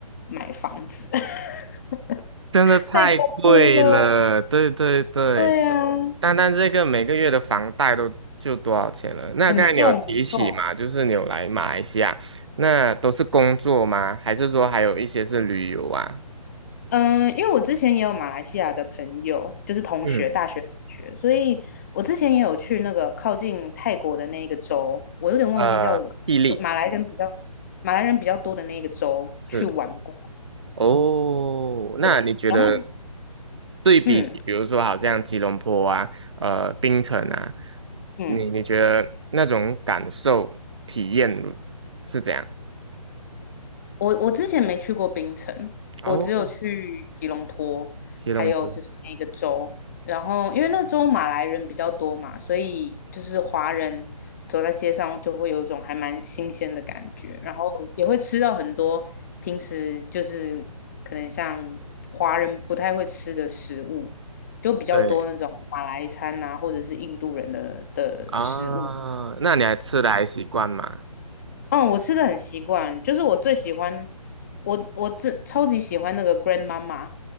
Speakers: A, on the left (about 25°); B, on the right (about 50°).
A: 买房子，<laughs>
B: 真的太贵了，
A: 太恐怖了。
B: 对对对，
A: 对啊，
B: 单单这个每个月的房贷都就多少钱了？那刚才你有提起嘛，
A: 很重很重。
B: 就是你有来马来西亚，那都是工作吗？还是说还有一些是旅游啊？
A: 嗯，因为我之前也有马来西亚的朋友，就是同学，
B: 嗯，
A: 大学同学，所以我之前也有去那个靠近泰国的那一个州，我有点忘记叫就马来人比较
B: 呃，毅力
A: 马来人比较多的那一个州去玩过。
B: 是哦，那你觉得
A: 对，然后
B: 对比起比如说好像吉隆坡啊，
A: 嗯
B: 呃，槟城啊，
A: 嗯。
B: 你你觉得那种感受体验是怎样？
A: 我我之前没去过槟城，
B: 哦，
A: 我只有去吉隆坡，
B: 吉隆坡，
A: 还有就是那个州。然后因为那个州马来人比较多嘛，所以就是华人走在街上就会有一种还蛮新鲜的感觉，然后也会吃到很多平时就是可能像华人不太会吃的食物，就比较多那种马来餐啊，
B: 对。
A: 或者是印度人的的食物。
B: 啊，
A: 对。
B: 那你还吃的还习惯吗
A: 嗯，我吃的很习惯，就是我最喜欢，我我这超级喜欢那个 Grandmama